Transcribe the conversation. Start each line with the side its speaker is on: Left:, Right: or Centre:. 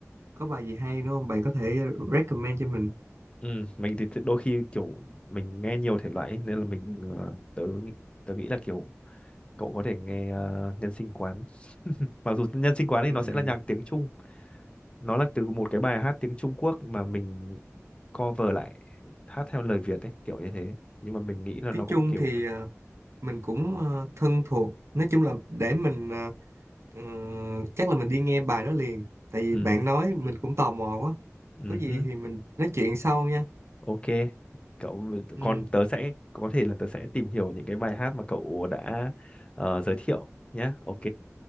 Right: có bài gì hay nữa không? Bạn có thể recommend cho mình.
Left: ừ mình thì đôi khi kiểu mình nghe nhiều thể loại ấy, nên là mình ờ, tớ nghĩ- tớ nghĩ là kiểu cậu có thể nghe ờ, nhân sinh quán mặc dù nhân sinh quán thì
Right: Ừm,
Left: nó sẽ là nhạc tiếng Trung nó là từ một cái bài hát tiếng Trung Quốc mà mình cover lại hát theo lời Việt ấy kiểu như thế nhưng mà mình nghĩ là
Right: tiếng
Left: nó cũng
Right: Trung
Left: kiểu
Right: thì à, mình cũng ờ, thân thuộc nói chung là để mình ờ, ừ, chắc là mình đi nghe bài đó liền tại vì
Left: ừ
Right: bạn nói mình cũng tò mò quá
Left: Ừ
Right: có gì
Left: hứ,
Right: thì mình nói chuyện sau nha
Left: Ok, cậu
Right: ừ.
Left: còn tớ sẽ có thể là tớ sẽ tìm hiểu những cái bài hát mà cậu đã ờ, giới thiệu nhé. Ok,